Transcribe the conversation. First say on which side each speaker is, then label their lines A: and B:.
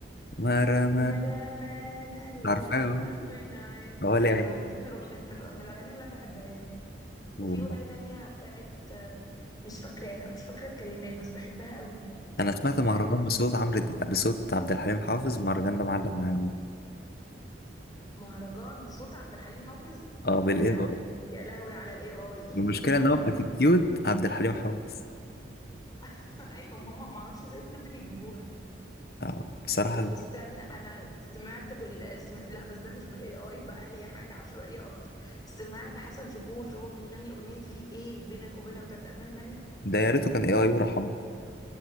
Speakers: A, on the left; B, on the left.
A: مرمى
B: ما رمانا الهوى
A: عارفاه اه.
B: منعس
A: هو
B: ايوه
A: ليه أغاني-
B: ما دي من الاغنيه من الأ- من الاغاني اللي انا بحبها له
A: كتير.
B: وفي اغنيه تانية بتاعت آه، مش فاكراها مش فاكره الكلمات بس بحبها قوي
A: أنا سمعت مهرجان
B: هحاول
A: بصوت عمرو دي... بصوت عبد الحليم حافظ المهرجان ده معلق معايا موت.
B: مهرجان بصوت عبد الحليم حافظ
A: اه بالإيه
B: يا لهوي يا لهوي على الاي اي
A: المشكلة
B: <laughs> يا
A: إن
B: لهوي
A: هو بأتيتيود عبد الحليم حافظ
B: <laughs> ايوه هم ما اعرفش ازاي بجد بيجيبوها
A: آه بصراحة
B: طب استنى انا سمعت بال سم... لا بس ده مش بالاي اي بقى هي حاجه عشوائيه اكتر سمعت حسن شاكوش وهو بيغني اغنيه في ايه بينك وبينها بتاعت امال ماهر
A: ده يا ريته كان إيه آي ورحمه